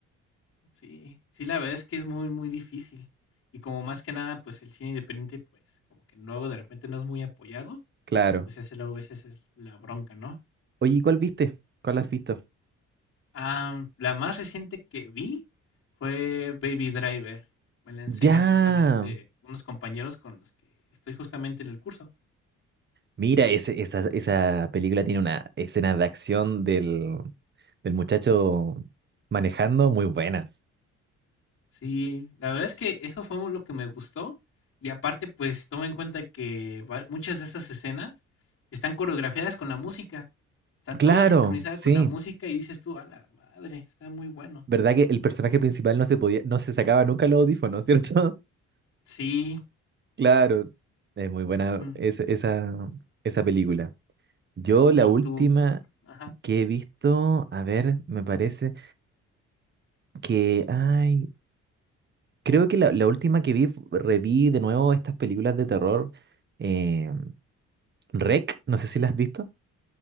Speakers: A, on the left; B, on the right.
A: Sí, sí, la verdad es que es muy, muy difícil. Y como más que nada, pues el cine independiente, pues como que luego de repente no es muy apoyado,
B: Claro.
A: pues ese luego a veces es la bronca, ¿no?
B: Oye, ¿y ¿cuál viste? ¿Cuál has visto?
A: Ah, la más reciente que vi fue Baby Driver. Me la enseñó
B: Ya.
A: justamente unos compañeros con los que estoy justamente en el curso.
B: Mira, ese- esa, esa película tiene una escena de acción del, del muchacho manejando muy buenas.
A: Sí, la verdad es que eso fue lo que me gustó y aparte, pues toma en cuenta que va- muchas de esas escenas están coreografiadas con la música, está
B: Claro,
A: todo sincronizado
B: sí.
A: con la música y dices tú, a la madre, está muy bueno.
B: ¿Verdad que el personaje principal no se podía, no se sacaba nunca los audífonos, ¿cierto? <laughs>
A: Sí,
B: Claro. Es muy buena
A: mm,
B: esa, esa, esa película. Yo
A: y
B: la última
A: tú, ajá,
B: que he visto, a ver, me parece que, ay, creo que la, la última que vi, fu- reví de nuevo estas películas de terror, eh, Rec, no sé si las has visto.